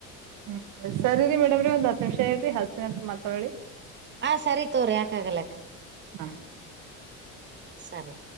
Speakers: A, on the right; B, on the right.
A: ಹ್ಮ್, ಸರಿರಿ ಮೇಡಮ್ರಿ ಒಂದ್ ಹತ್ತು ನಿಮಿಷ ಏರಿ ಹಸ್ತಿನ ಮತ್ ವಳ್ಳಿ.
B: ಹಾ, ಸರಿ ತೋಗರಿ ಯಾಕ ಆಗಲಕ್ಕ
A: ಹಾ
B: ಸರಿ